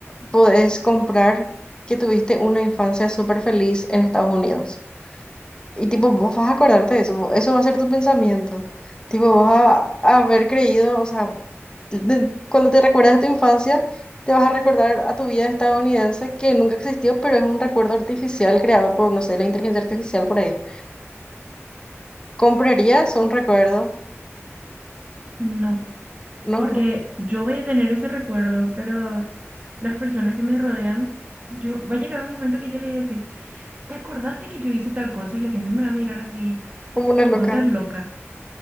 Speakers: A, on the left (about 20°); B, on the right (about 30°).
A: podés comprar que tuviste una infancia súper feliz en Estados Unidos. Y tipo, vos vas a acordarte de eso, vo- eso va a ser tu pensamiento. Tipo, vos a, a haber creído, o sea, de- cuando te recuerdas de tu infancia, te vas a recordar a tu vida estadounidense que nunca existió, pero es un recuerdo artificial creado por, no sé, la inteligencia artificial por ahí. ¿Comprarías un recuerdo?
B: No,
A: ¿No?
B: porque yo voy a tener ese recuerdo, pero las personas que me rodean, yo va a llegar un momento que yo le voy a decir. ¿Te acordás de que yo hice tal cosa y la gente me va a mirar así,
A: Como una loca.
B: vos estás loca?